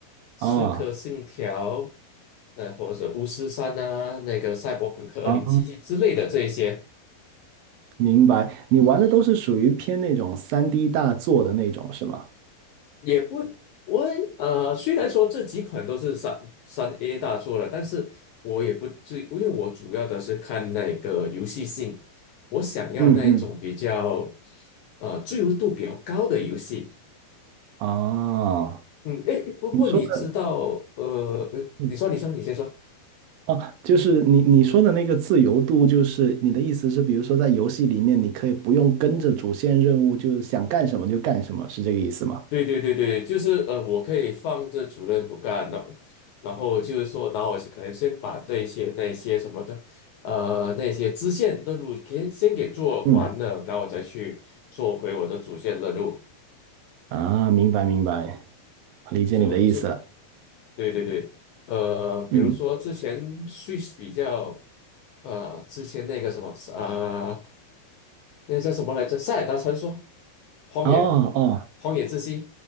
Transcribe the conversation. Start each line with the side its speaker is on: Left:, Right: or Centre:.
Left: 刺客信条，
Right: 啊
Left: 那或者巫师三啊，那个赛博朋克二零七七之类的这一些。
Right: 啊！明白。你玩的都是属于偏那种三 d 大作的那种是吗？
Left: 也不，我呃，虽然说这几款都是三三 A 大作了，但是我也不至，因为我主要的是看那个游戏性，我想要那种比较
Right: 嗯嗯。
Left: 呃自由度比较高的游戏。
Right: 啊，
Left: 嗯，诶，不过你知道，
Right: 你说的。
Left: 呃，
Right: 嗯
Left: 你说，你说，你先说。
Right: 啊，就是你你说的那个自由度，就是你的意思是，比如说在游戏里面，你可以不用跟着主线任务，就是想干什么就干什么，是这个意思吗？
Left: 对对对对，就是呃，我可以放着主任不干，然后然后就是说，然后我可能先把这些那些什么的，呃，那些支线任务先先给做完了，
Right: 嗯
Left: 然后我再去做回我的主线任务。
Right: 啊，明白明白，理解你的意思了。
Left: 就这，对对对，呃，比如说之前
Right: 嗯，
Left: Switch 比较，呃，之前那个什么啊、呃那个叫什么来着，《塞尔达传说》、《荒野》、
Right: 哦哦，
Left: 《荒野之息》，